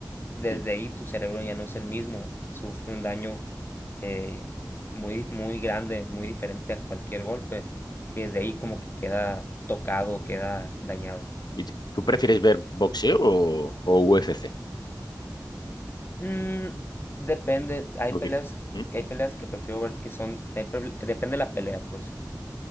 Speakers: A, on the left (about 30°); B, on the left (about 75°).
A: Desde
B: mm,
A: ahí tu cerebro ya no es el mismo, sufre un daño eh, muy, muy grande, muy diferente a cualquier golpe. Y desde ahí como que queda tocado,
B: mm.
A: queda dañado.
B: ¿Y t- tú prefieres ver boxeo o, o UFC?
A: Mm, depende, hay
B: Porque,
A: peleas,
B: ¿hmm?
A: que hay peleas que prefiero ver que son, hay pel- depende de la pelea, pues.